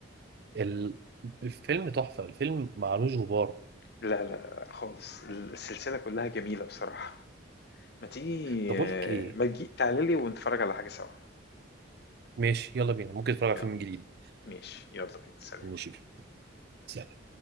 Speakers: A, on the right; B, on the left.
A: ال- الفيلم تحفة الفيلم معلوش غبار
B: لا لا لا، خالص السلسلة كلها جميلة بصراحة ما تيجي
A: طب أقول لك إيه
B: ما تجي تعالي لي ونتفرج على حاجة سوا
A: ماشي يلا بينا ممكن نتفرج
B: يلا
A: على فيلم جديد
B: ماشي يلا بينا سلام
A: ماشي سلام